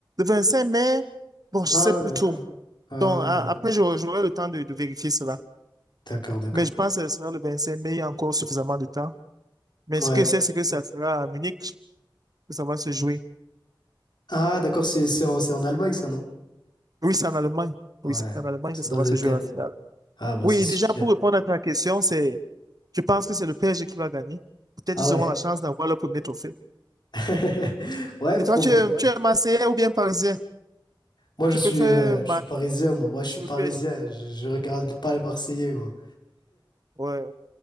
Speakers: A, on the right (about 50°); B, on the left (about 60°).
A: le cinq mai. Bon, je
B: Ah,
A: sais plus
B: d'accord.
A: trop.
B: Ah,
A: Donc, a-
B: d'accord.
A: après, j'aurai j'aurai le temps de, de vérifier cela.
B: D'accord, d'accord.
A: Mais je pense que ce sera le 25 mai. Il y a encore suffisamment de temps. Mais
B: Ouais.
A: ce que c'est, c'est que ça sera à Munich que ça va se jouer.
B: Ah, d'accord, c'est c'est en, c'est en Allemagne, ça, non?
A: Oui, c'est en Allemagne. Oui,
B: Ouais.
A: c'est en Allemagne
B: C'est
A: que ça
B: dans
A: va
B: le
A: se jouer
B: terrain.
A: la finale.
B: Ah, bah,
A: Oui,
B: c'est super.
A: déjà pour répondre à ta question, c'est, je pense que c'est le PSG qui va gagner. Peut-être
B: Ah
A: ils
B: ouais.
A: auront la chance d'avoir le premier trophée.
B: <laughs> Ouais,
A: Et
B: probable.
A: toi, tu es, Ouais. tu es Marseillais ou bien Parisien?
B: Moi, je
A: Tu
B: suis,
A: préfères
B: euh,
A: Mar-
B: je suis parisien, moi. Moi, je suis
A: le
B: parisien.
A: PSG?
B: Je, je regarde pas les Marseillais, moi.
A: Ouais.